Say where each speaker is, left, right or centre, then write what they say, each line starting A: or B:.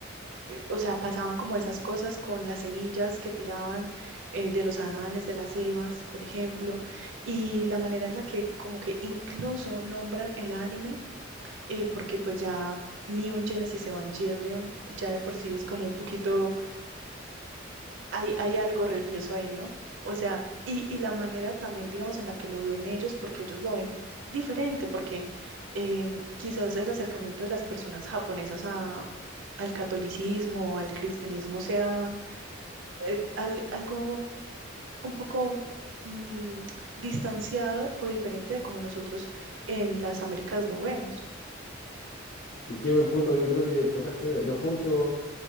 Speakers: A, on the right (about 70°); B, on the left (about 55°).
A: eh, o sea, pasaban como esas cosas con las semillas que tiraban eh, de los Adanes, de las Evas, por ejemplo, y la manera en la que como que incluso nombran el anime, eh, porque pues ya Neon Genesis Evangelion ya de por sí es como un poquito hay, hay algo religioso ahí, ¿no? O sea, y, y la manera también, digamos, en la que lo ven ellos, porque ellos lo ven diferente, porque em, quizás el acercamiento de las personas japonesas a, al catolicismo o al cristianismo sea eh, al- algo un poco mm, distanciado o diferente de como nosotros en las Américas lo vemos.
B: Y qué buen punto, yo creo que tocaste dos puntos